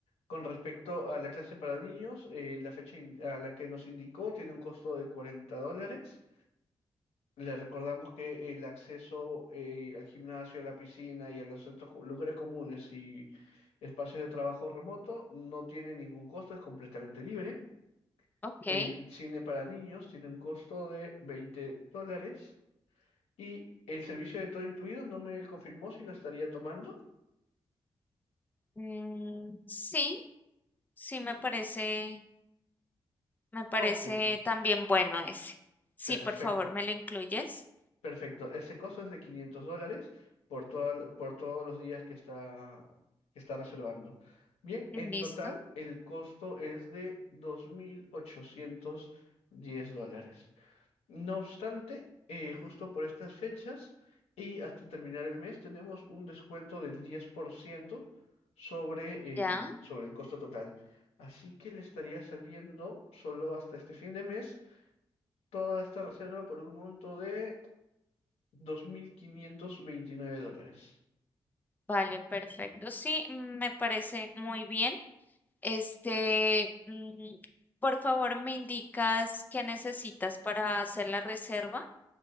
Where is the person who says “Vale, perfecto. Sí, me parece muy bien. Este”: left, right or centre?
Left